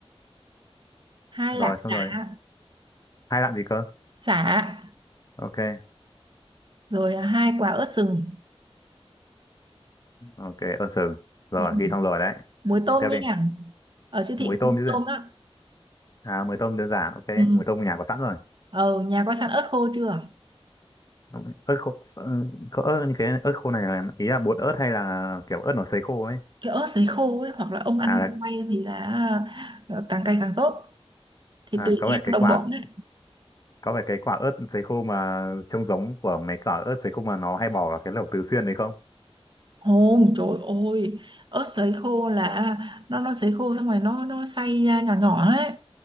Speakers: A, on the right (about 50°); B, on the left (about 35°).
A: hai
B: rồi
A: lạng
B: xong
A: chả,
B: rồi hai lạng gì cơ
A: sả
B: ok
A: rồi à, hai quả ớt sừng
B: ok ơ sừng rồi
A: ừ.
B: ghi xong rồi đấy
A: muối tôm
B: tiếp đi
A: nha ở siêu
B: muối
A: thị
B: tôm
A: cũng có
B: chứ gì
A: tôm đó
B: à muối tôm đơn giản ok
A: ừ.
B: muối tôm nhà có sẵn rồi
A: ờ nhà có sẵn ớt khô chưa
B: Ok, ớt khô ớt, ớt như cái ớt khô này là- ý là bột ớt hay là kiểu ớt nó sấy khô ấy
A: cái ớt sấy khô ấy hoặc là ông ăn
B: à, là,
A: quay thì là ờ, càng cay càng tốt thì
B: à
A: tùy
B: có
A: theo
B: phải cái
A: đồng
B: quả
A: bọn đấy
B: có phải cái quả ớt sấy khô mà trông giống của mấy quả ớt sấy khô mà nó hay bỏ vào cái lẩu Tứ Xuyên đấy không
A: Ồ, trời ơi, ớt sấy khô là à, nó nó sấy khô xong rồi nó nó xay ra nhỏ nhỏ đấy,